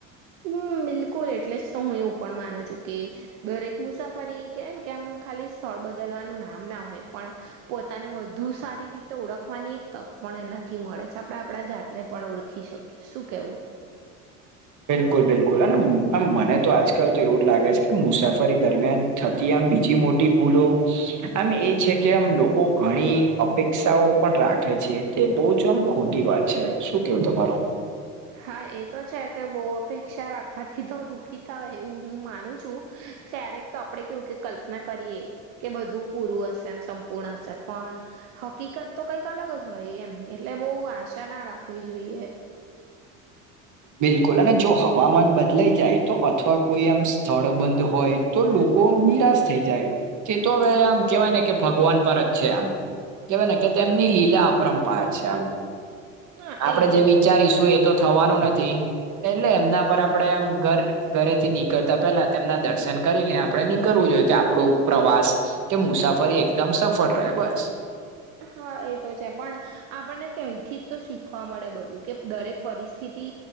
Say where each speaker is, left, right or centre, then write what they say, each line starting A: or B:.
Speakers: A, on the right; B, on the right.
A: હમ બિલકુલ એટલે જ તો હું એવું પણ માનું છું. કે, દરેક મુસાફરી કહેવાય ને કે આમ ખાલી સ્થળ બદલવાનું નામ ના હોય પણ, પોતાને વધુ સારી રીતે ઓળખવાની એક તક પણ એનાથી મળે છે. આપણે આપણા જાતને પણ ઓળખી શકીએ. શું કેવું?
B: બિલકુલ બિલકુલ અને આમ મને તો આજકાલ તો એવું જ લાગે છે કે મુસાફરી દરમિયાન થતી આમ બીજી મોટી ભૂલો આમ એ છે કે આમ, લોકો ઘણી અપેક્ષાઓ પણ રાખે છે. તે બોજ ખોટી વાત છે. શું કેવું તમારું?
A: હા. એ તો છે કે બહુ અપેક્ષા રાખવાથી તો દુઃખી થાય એવું હું માનું છું. ક્યારેક તો આપણેે કેવું કે કલ્પના કરીએ. કે બધું પૂરું હશે. એમ સંપૂર્ણ હશે. પણ હકીકત તો કંઈક અલગ જ હોય એમ એટલે બહુ આશા ના રાખવી જોઈએ.
B: બિલકુલ અને જો હવામાન બદલાઈ જાય તો અથવા કોઈ એમ સ્થળ બંધ હોય. તો લોકો નિરાશ થઈ જાય. તે તો અવે આમ કહેવાયને કે ભગવાન પર જ છે. આ કેવાય ને કે તેમની લીલા અપરંપાર છે. આમ
A: હા
B: આપણે
A: એજ
B: જે
A: એજ
B: વિચારીશું. એ તો થવાનું નથી એટલે એમના પર આપણે આમ ઘર ઘરેથી નીકળતા પહેલા તેમના દર્શન કરીને આપણે નીકળવું જોઈએ કે આપણો પ્રવાસ કે મુસાફરી એકદમ સફળ રહે. બસ.
A: હા. એ તો છે. પણ આપણને ત્યાંથી જ તો શીખવા મળે બધું કે દરેક પરિસ્થિતિ